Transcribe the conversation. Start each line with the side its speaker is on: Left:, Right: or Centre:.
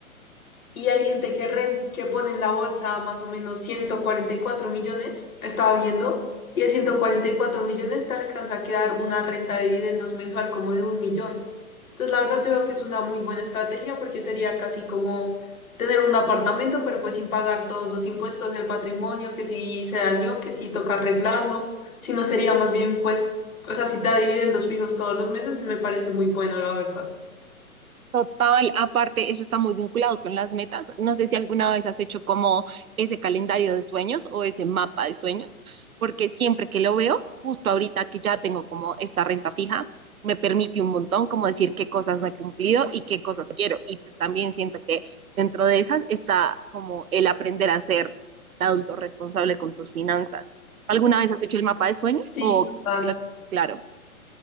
Left: Y hay gente que, ren- que pone en la bolsa más o menos 144 millones, estaba viendo, y de 144 millones te alcanza a quedar una renta de dividendos mensual como de un millón. Entonces, la verdad, yo creo que es una muy buena estrategia porque sería casi como tener un apartamento, pero pues sin pagar todos los impuestos del patrimonio, que si se dañó, que si toca arreglarlo, si no sería más bien, pues, o sea, si te da dividendos fijos todos los meses, me parece muy bueno, la verdad.
Right: Total, aparte, eso está muy vinculado con las metas. No sé si alguna vez has hecho como ese calendario de sueños o ese mapa de sueños, porque siempre que lo veo, justo ahorita que ya tengo como esta renta fija, me permite un montón como decir qué cosas no he cumplido y qué cosas quiero. Y pues también siento que dentro de esas está como el aprender a ser adulto responsable con tus finanzas. ¿Alguna vez has hecho el mapa de sueños
Left: Sí,
Right: o
Left: total.
Right: es que lo tienes claro?